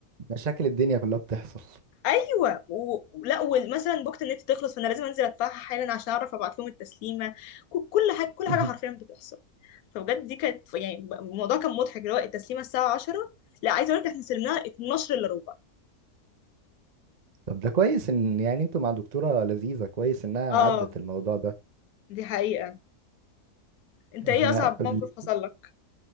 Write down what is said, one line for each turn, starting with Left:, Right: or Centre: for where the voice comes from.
Right: مشاكل الدنيا كلها بتحصل
Left: ايوه و- ولا ومثلا بوقت النت تخلص فانا لازم انزل ادفعها حالا عشان اعرف ابعت لهم التسليمه ك- كل حاجه كل
Right: <laughs>
Left: حاجه حرفيا بتحصل فبجد دي كانت يعني الموضوع كان مضحك اللي هو التسليمه الساعه 10 لا عايزه اقول لك احنا سلمناها 12 الا ربع
Right: طب ده كويس إن يعني انتوا مع دكتورة لذيذة كويس إنها
Left: اه
Right: عدت الموضوع ده
Left: دي حقيقه انت ايه
Right: احنا
Left: اصعب
Right: قبل
Left: موقف حصل لك